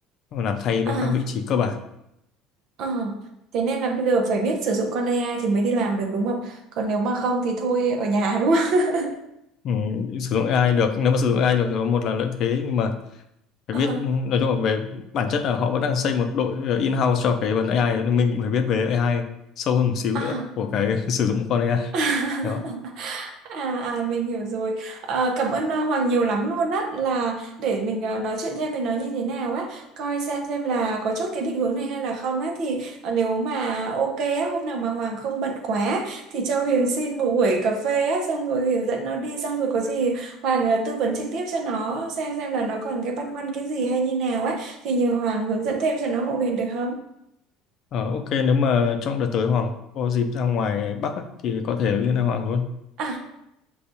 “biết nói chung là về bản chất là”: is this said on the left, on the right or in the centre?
Left